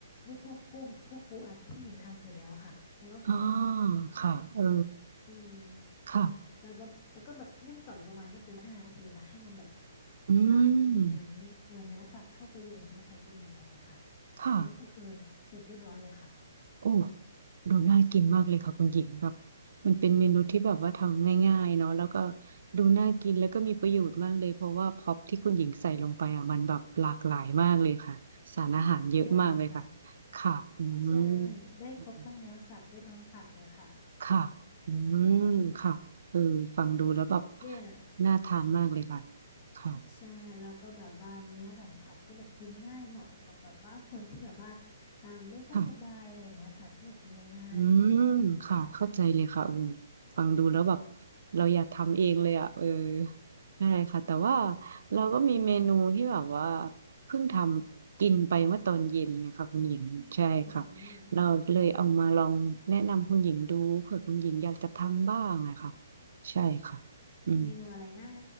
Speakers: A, on the left (about 25°); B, on the right (about 60°).
A: ด้วยพวกกุ้งพวกปูอัดที่หญิงทำเสร็จแล้วค่ะแล้วก็แครอท
B: อ๋อค่ะเออ
A: อืมแล้วก็แล้วก็แบบนึ่งต่ออีกประมาณไม่เกินห้านาทีค่ะให้มันแบบ
B: ค่ะอื
A: อ่า
B: ม
A: เหมือนเหมือนเนื้อสัตว์เข้าไปอยู่ในเนื้อไข่ตุ๋นหน่อยๆอะค่ะ
B: ค่ะ
A: แล้วก็คือเสร็จเรียบร้อยเลยค่ะ
B: โอ้ดูน่ากินมากเลยค่ะคุณหญิงครับมันเป็นเมนูที่แบบว่าทำง่ายๆเนาะแล้วก็ดูน่ากินแล้วก็มีประโยชน์มากเลย เพราะว่าพ็อปที่คุณหญิงใส่ลงไปอ่ะมันแบบหลากหลายมากเลยค่ะ สารอาหารเยอะมากเลยค่ะ
A: ใช่ค่ะ
B: ค่ะอื
A: ใช่
B: ม
A: ได้ครบทั้งเนื้อสัตว์ได้ทั้งผักเลยค่ะ
B: ค่ะอืมค่ะเออฟังดูแล้วแบบ
A: เนี่ย
B: น่าทานมากเลยค่ะค่ะ
A: ใช่แล้วก็แบบว่าเนื้อสัมผัสก็แบบกินง่ายเหมาะกับแบบว่าคนที่แบบว่าอ่าไม่ค่อยสบายอะไรอย่างเงี้ยค่ะจะได้แบบกินง่าย
B: ค่ะอืมค่ะเข้าใจเลยค่ะอูฟังดูแล้วแบบเราอยากทำเองเลยอ่ะเออใช่ค่ะแต่ว่าเราก็มีเมนูที่แบบว่าเพิ่งทำกินไปเมื่อตอนเย็นนะคะคุณหญิงใช่ค่ะ
A: ๆอืม
B: เราเลยเอามาลองแนะนำคุณหญิงดูเผื่อคุณหญิงอยากจะทำบ้างอะค่ะใช่ค่ะ
A: เป็นเมนูอะไรนะ
B: อืม